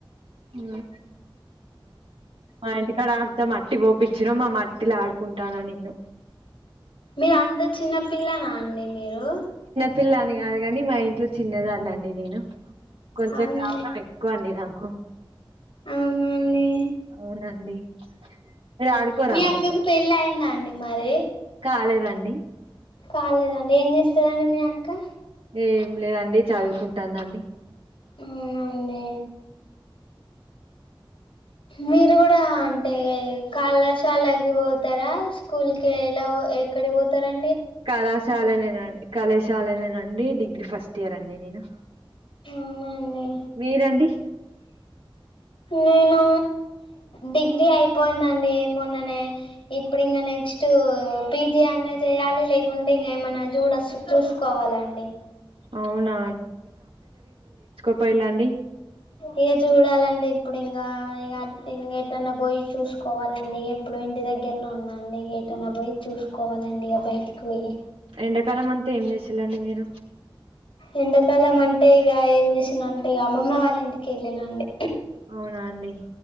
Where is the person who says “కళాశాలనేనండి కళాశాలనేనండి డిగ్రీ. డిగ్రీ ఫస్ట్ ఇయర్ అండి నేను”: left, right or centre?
Right